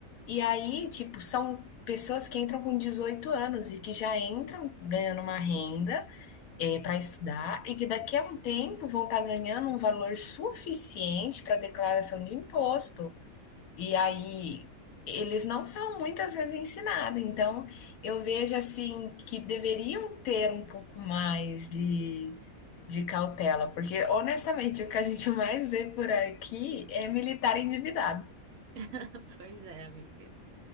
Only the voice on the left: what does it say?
E aí, tipo, são pessoas que entram com 18 anos e que já entram ganhando uma renda é, para estudar e que daqui a um tempo vão estar ganhando um valor suficiente para declaração de imposto e aí eles não são muitas vezes ensinados. Então eu vejo assim que deveriam ter um pouco mais de, de cautela, porque honestamente o que a gente <laughs> mais vê por aqui é militar endividado.